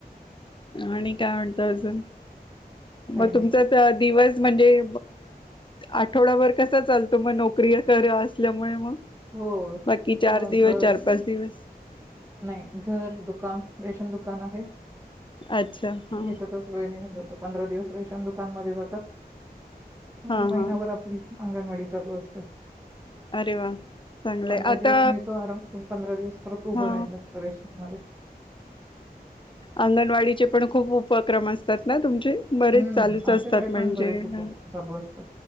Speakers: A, on the left (about 30°); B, on the right (about 15°).
A: आणि काय म्हणत अजून
B: काही
A: मग
B: नाही
A: तुमच तर दिवस म्हणजे आठवडाभर कसा चालतो मग नोकरी कर असल्यामुळे मग
B: हो
A: बाकी चार
B: अ,
A: दिवस
B: घर
A: चार पाच दिवस
B: नाही घर दुकान रेशन दुकान आहे
A: अच्छा हा
B: याच्यातच वेळ निघून पंधरा दिवस रा न दुकानमध्ये जातात आणि
A: हा
B: महिनाभर
A: हा
B: आपली अंगणवाडी चालू असते
A: अरे वा चांगलंय
B: पंधरा
A: आता
B: दिवस मिळतो आराम पण पंधरा दिवस परत उभं
A: हा
B: राहायला लागतं मध्ये
A: अंगणवाडीचे पण खूप उपक्रम असतात ना तुमचे बरेच
B: हम्म
A: चालूच
B: आमच्याकडे
A: असतात म्हणजे
B: पण बरेच उपक्रम
A: ह
B: चालू असतात